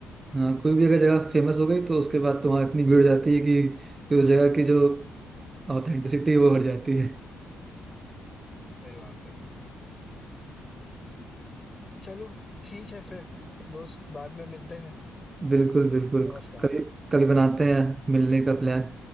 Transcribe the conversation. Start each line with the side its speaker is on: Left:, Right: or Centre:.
Right: हाँ कोई भी अगर जगह फेमस हो गई तो उसके बाद तो वहाँ इतनी भीड़ हो जाती है कि फिर उस जगह की जो ऑथेंटिसिटी है वो हट जाती है
Left: सही बात है चलो ठीक है फिर दोस्त बाद में मिलते हैं
Right: बिल्कुल बिल्कुल
Left: नमस्कार
Right: कभी कभी बनाते हैं मिलने का प्लान